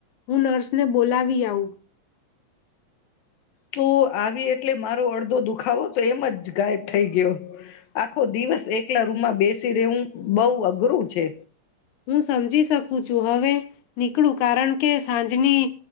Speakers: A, on the left (about 65°); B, on the left (about 80°).
A: હું નર્સને બોલાવી આવું.
B: તું આવી એટલે મારો અડધો દુખાવો તો એમ જ ગાયબ થઈ ગયો, આખો દિવસ એકલા રૂમમાં બેસી રહેેવું બહ અઘરું છે.
A: હું સમજી શકું છું હવે, નીકળું કારણ કે સાંજની